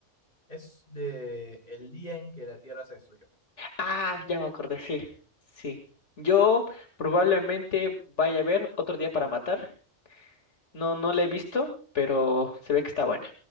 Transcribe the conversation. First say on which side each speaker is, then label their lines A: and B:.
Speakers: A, on the left; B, on the left.
A: es de el día en que la Tierra se destruyó.
B: Ah, ya me acordé, sí, sí. Yo probablemente vaya a ver Otro Día para Matar. No, no la he visto, pero se ve que está buena.